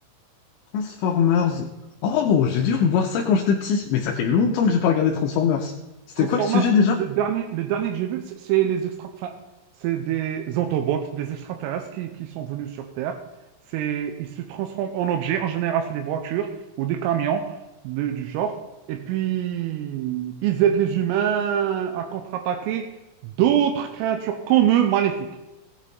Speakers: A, on the left (about 80°); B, on the right (about 80°).
A: Transformers. Oh, j'ai dû revoir ça quand j'étais petit, mais ça fait longtemps que j'ai pas regardé Transformers. C'était
B: Transformers,
A: quoi le sujet déjà?
B: le dernier, le dernier que j'ai vu, c'est c'est les extra, enfin, c'est des Autobots, des extraterrestres qui, qui sont venus sur Terre. C'est, ils se transforment en objets. En général, c'est des voitures ou des camions de- du genre. Et puis, ils aident les humains à contre-attaquer d'autres créatures comme eux maléfiques.